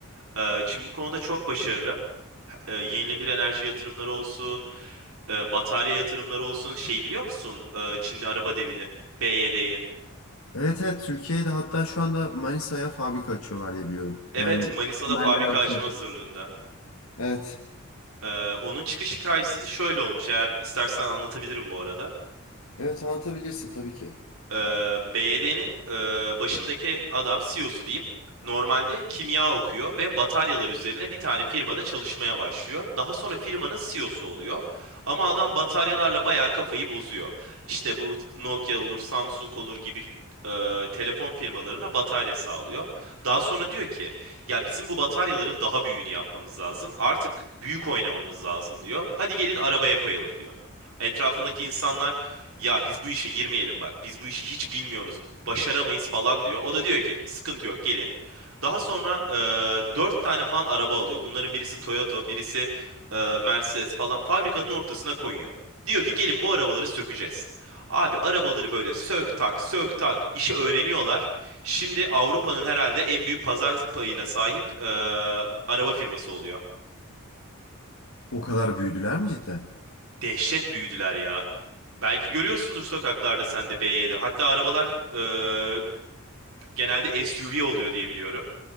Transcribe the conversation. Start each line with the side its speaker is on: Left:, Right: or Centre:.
Right: Ee, Çin bu konuda çok başarılı. Ee, Yenilenebilir enerji yatırımları olsun, e, batarya yatırımları olsun. Şey biliyor musun? Ee, Çinli araba devini, BYD'yi.
Left: Evet evet Türkiye'de hatta şu anda Manisa'ya fabrika açıyorlar diye biliyorum.
Right: Evet,
Left: Yani
Right: Manisa'da
Left: temelleri
Right: fabrika
Left: atıldı.
Right: açma hazırlığında.
Left: Evet.
Right: Ee, Onun çıkış hikayesi de şöyle olmuş. Eğer istersen anlatabilirim bu arada.
Left: Evet anlatabilirsin tabii ki.
Right: Ee, BYD'nin e, başındaki adam CEO'su diyeyim. Normalde kimya okuyor ve bataryalar üzerine bir tane firmada çalışmaya başlıyor. Daha sonra firmanın CEO'su oluyor. Ama adam bataryalarla bayağı kafayı bozuyor. İşte bu Nokia olur, Samsung olur gibi e, telefon firmalarına batarya sağlıyor. Daha sonra diyor ki, ya bizim bu bataryaların daha büyüğünü yapmamız lazım. Artık büyük oynamamız lazım diyor. Hadi gelin arabaya koyalım diyor. Etrafındaki insanlar ya biz bu işe girmeyelim bak. Biz bu işi hiç bilmiyoruz. Başaramayız falan diyor. O da diyor ki sıkıntı yok gelin. Daha sonra e, 4 tane falan araba alıyor. Bunların birisi Toyota, birisi e, Mercedes falan fabrikanın ortasına koyuyor. Diyor ki gelin bu arabaları sökeceğiz. Abi arabaları böyle sök tak sök tak işi öğreniyorlar. Şimdi Avrupa'nın herhalde en büyük pazar payına sahip e, araba firması oluyor.
Left: O kadar büyüdüler mi cidden?
Right: Dehşet büyüdüler ya. Belki görüyorsundur sokaklarda sen de B7. Hatta arabalar e, genelde SUV oluyor diye biliyorum.